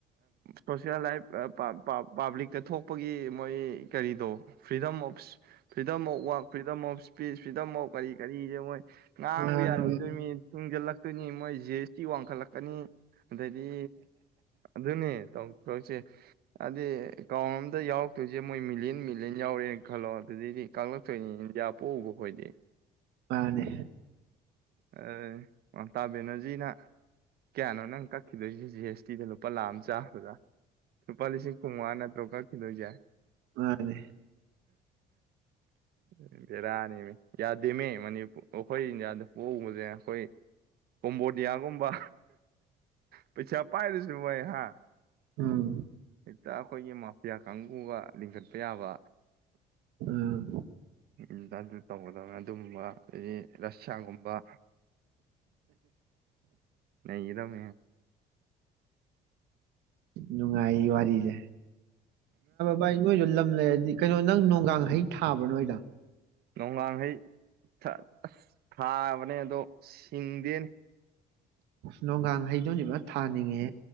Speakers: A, on the right; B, on the right.
A: ꯁꯣꯁꯦꯜ ꯂꯥꯏꯐ ꯄꯥꯕ꯭ꯂꯤꯛꯇ ꯊꯣꯛꯄꯒꯤ ꯃꯣꯏ ꯀꯔꯤꯗꯣ freedom of freedom of work freedom of speech of ꯐ꯭ꯔꯤꯗꯝꯐꯥꯎ ꯀꯔꯤ ꯀꯔꯤꯁꯦ ꯃꯣꯏ ꯉꯥꯡꯕ
B: ꯃꯥꯅꯦ
A: ꯌꯥꯔꯣꯏꯗꯣꯏꯅꯤ ꯊꯤꯡꯖꯤꯜꯂꯛꯇꯣꯏꯅꯤ ꯃꯣꯏ ꯖꯤ ꯑꯦꯁ ꯇꯤ ꯋꯥꯡꯈꯠꯂꯛꯀꯅꯤ ꯑꯗꯗꯤ ꯑꯗꯨꯅꯦ ꯇꯧꯊꯣꯛꯂꯤꯁꯦ ꯍꯥꯏꯗꯤ ꯔꯥꯎꯟ ꯑꯝꯗ ꯌꯥꯎꯔꯛꯇꯣꯏꯁꯦ ꯃꯣꯏ ꯃꯤ ꯃꯤꯂꯤꯌꯟ ꯃꯤꯂꯤꯌꯟ ꯌꯥꯎꯔꯦꯅ ꯈꯜꯂꯣ ꯑꯗꯨꯗꯤ ꯀꯥꯛꯂꯛꯇꯣꯏꯅꯤ ꯏꯟꯗꯤꯌꯥ ꯄꯣꯛꯎꯕ ꯈꯣꯏꯗꯤ
B: ꯃꯥꯅꯦ
A: ꯑꯦ ꯃꯝꯇꯥ ꯕꯦꯅꯔꯖꯤꯅ ꯀꯌꯥꯅꯣ ꯅꯪ ꯀ ꯐꯂꯣꯖꯤ ꯖꯤ ꯑꯦꯁ ꯐꯇꯤꯗ ꯂꯨꯄꯥ ꯂꯥꯛ ꯑꯃ ꯆꯥꯕꯗꯥ ꯂꯨꯄꯥ ꯂꯤꯁꯤꯡ ꯀꯨꯟꯃꯉꯥ ꯅꯠꯇ꯭ꯔꯣ ꯀꯛ ꯗꯣꯏꯖꯦ
B: ꯃꯥꯅꯦ
A: ꯎꯝ ꯎꯝ ꯕꯦꯔꯥꯅꯤꯃꯦ ꯌꯥꯗꯦꯃꯦ ꯃꯅꯤꯄꯨꯔ ꯑꯩꯈꯣꯏ ꯏꯟꯗꯤꯌꯥꯗꯣ ꯄꯣꯛꯎꯕꯁꯦ ꯑꯩꯈꯣꯏ ꯀꯣꯝꯕꯣꯗꯤꯌꯥꯒꯨꯝꯕ ꯄꯩꯁꯥ ꯄꯥꯏꯗꯁꯨ ꯃ ꯑꯩꯍ
B: ꯎꯝ
A: ꯏꯗꯈꯣꯏ ꯃꯥꯐꯌꯥ ꯀꯥꯡꯕꯨꯒ ꯂꯤꯡꯈꯠꯄ ꯌꯥꯕ
B: ꯎꯝ
A: ꯎꯝ ꯑꯗꯨ ꯑꯗꯨ ꯇꯧꯕꯗ ꯑꯗꯨꯒꯕ ꯑꯩ ꯔꯁꯤꯌꯥꯒꯨꯝꯕ ꯕꯥ ꯅꯗꯝ
B: ꯅꯨꯡꯉꯥꯏ ꯋꯥꯔꯤꯁꯦ ꯕꯥ ꯅꯣꯏꯗꯣ ꯂꯝ ꯂꯩꯔꯗꯤ ꯀꯩꯅꯣ ꯅꯪ ꯅꯣꯡꯒꯡ ꯍꯩ ꯊꯥꯕ꯭ꯔꯥ ꯅꯣꯏꯗ
A: ꯅꯣꯡꯍꯡꯈꯩ ꯑ ꯊꯥꯕꯅꯦ ꯑꯗꯣ ꯁꯤꯡꯗꯦꯅꯤ
B: ꯅꯣꯡꯒꯥꯡ ꯍꯩꯗꯧꯅꯦꯕ ꯊꯥꯅꯤꯡꯉꯦ